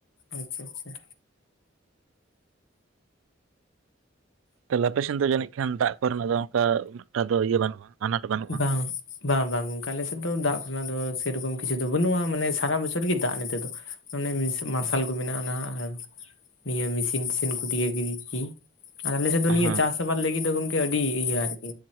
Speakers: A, on the left; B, on the right.
A: ᱟᱪᱪᱷᱟ ᱟᱪᱪᱷᱟ
B: ᱛᱟᱞᱮ ᱟᱯᱮ ᱥᱮᱱ ᱫᱚ ᱡᱟᱹᱱᱤᱡ ᱠᱷᱟᱱ ᱫᱟᱜ ᱠᱚᱨᱮ ᱱᱟᱜ ᱫᱚ ᱚᱱᱠᱟ ᱩᱱᱟᱹᱜ ᱴᱟ ᱫᱚ ᱤᱭᱟᱹ ᱵᱟᱹᱱᱩᱜᱼᱟ ᱟᱱᱟᱴ ᱵᱟᱹᱱᱩᱜᱼᱟ
A: ᱵᱟᱝ ᱵᱟᱝ ᱵᱟᱝ ᱜᱚᱝᱠᱮ ᱟᱞᱮ ᱥᱮᱫ ᱫᱚ ᱫᱟᱜ ᱠᱷᱚ ᱱᱟᱜ ᱫᱚ ᱥᱮ ᱨᱚᱠᱚᱢ ᱠᱤᱪᱷᱩ ᱫᱚ ᱵᱟᱹᱱᱩᱜᱼᱟ ᱢᱟᱱᱮ ᱥᱟᱨᱟ ᱵᱚᱪᱷᱚᱨ ᱜᱮ ᱫᱟᱜ ᱱᱚ ᱛᱮ ᱫᱚ ᱚᱱᱮ ᱢᱟᱨᱥᱟᱞ ᱠᱚ ᱢᱮᱱᱟᱜᱼᱟ ᱱᱟᱦᱟᱸᱜ ᱟᱨ ᱱᱤᱭᱟᱹ ᱢᱤᱥᱤᱱ ᱛᱤᱥᱤᱱ ᱠᱚ <unintelligible> <unintelligible> ᱜᱮ ᱟᱨ ᱟᱞᱮ ᱥᱮᱫ ᱫᱚ ᱱᱤᱭᱟᱹ
B: ᱦᱮᱸ
A: ᱪᱟᱥ ᱟᱵᱟᱫᱽ ᱞᱟᱹᱜᱤᱫ ᱫᱚ ᱜᱚᱢᱠᱮ ᱟᱹᱰᱤ ᱤᱭᱟᱹ ᱟᱨ ᱠᱤ